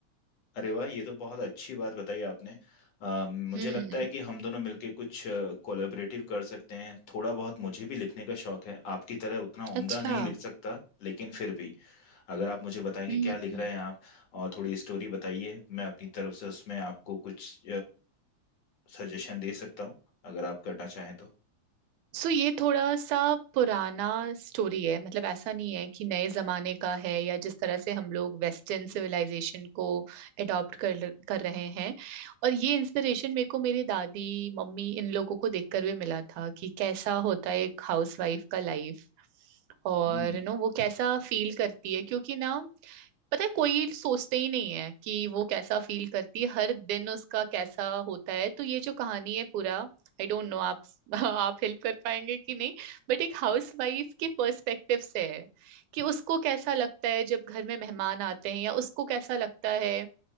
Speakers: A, on the left; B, on the right.
A: अरे वाह ये तो बहुत अच्छी बात बताई आपने अ, मुझे
B: हम्म
A: लगता है कि हम दोनों मिलके कुछ कोलैबोरेटिव कर सकते हैं थोड़ा बहुत मुझे भी लिखने का शौक है आपकी तरह उतना उम्दा
B: अच्छा
A: नहीं लिख सकता लेकिन फिर भी अगर आप मुझे बताएंगे
B: हम्म
A: क्या लिख रहे हैं आप और थोड़ी स्टोरी बताइए मैं अपनी तरफ से उसमें आपको कुछ सजेशन दे सकता हूँ अगर आप करना चाहें तो
B: सो ये थोड़ा सा पुराना स्टोरी है मतलब ऐसा नहीं है कि नए जमाने का है या जिस तरह से हम लोग वेस्टर्न सिविलाइजेशन को अडॉप्ट कर कर रहे हैं और ये इंस्पिरेशन मेरे को मेरे दादी मम्मी इन लोगों को देखकर भी मिला था कि कैसा होता है एक हाउसवाइफ का लाइफ और
A: हम्म
B: नो वो कैसा फील करती है क्योंकि ना पता है कोई सोचते ही नहीं है कि वो कैसा फील करती है हर दिन उसका कैसा होता है तो ये जो कहानी है पूरा आई डोंट नो आप <laughs> आप हेल्प कर पाएंगे कि नहीं बट एक हाउस वाइफ के पर्सपेक्टिव से है कि उसको कैसा लगता है जब घर में मेहमान आते हैं या उसको कैसा लगता है